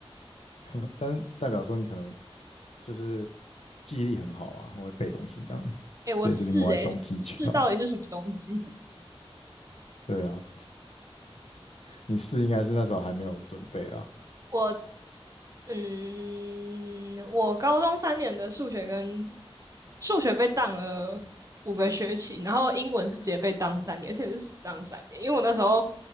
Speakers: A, on the left; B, on the right.
A: <laughs> 但是代表说你可能就是记忆力很好啊，很会背东西这样，
B: 哎，
A: 这也是另外一种技巧。
B: 我四哎四到底是什么东西？
A: 对啊，你是应该是那时候还没有准备啊。
B: 我嗯，我高中三年的数学跟数学被当了五个学期，然后英文是直接被当三年，而且是死当三年，因为我那时候